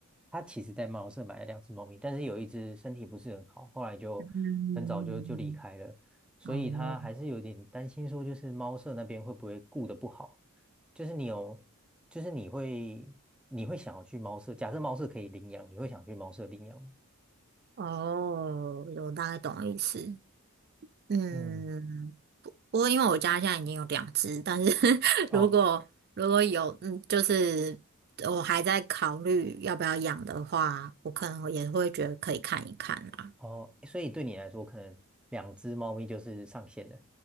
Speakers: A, in the centre; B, on the right.
A: 他其实在猫舍买了两只猫咪，但是有一只身体不是很好，后来就很早就就离开了，
B: 嗯。
A: 所以他还是有点担心说，
B: 哦
A: 就是猫舍那边会不会顾得不好，就是你有，就是你会你会想要去猫舍，假设猫舍可以领养，你会想去猫舍领养吗？
B: 哦，我大概懂意思。嗯，
A: 嗯，
B: 不过因为我家现在已经有两只，但是 <laughs>
A: 哦
B: 如果如果有，嗯，就是我还在考虑要不要养的话，我可能也会觉得可以看一看啦。
A: 哦，所以对你来说，可能两只猫咪就是上限了。